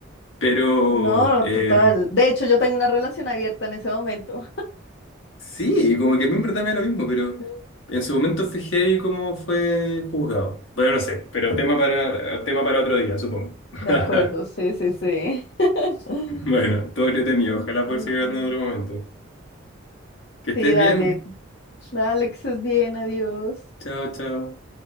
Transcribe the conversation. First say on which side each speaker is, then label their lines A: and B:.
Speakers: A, on the left; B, on the left.
A: pero...
B: No,
A: em,
B: total. De hecho, yo tengo una relación abierta en ese momento.
A: Sí, como que a mí en verdad me da lo mismo, pero
B: <laughs>
A: en su momento fue heavy cómo fue juzgado. Bueno, no sé, pero tema para, tema para otro día, supongo. <laughs>
B: De acuerdo, sí, sí, sí. <laughs>
A: Bueno, todo entretenido. Ojalá poder
B: Mm,
A: seguir hablando en otro momento. Que estés
B: Sí, dale.
A: bien.
B: Dale, que estés bien, adiós.
A: Chao, chao.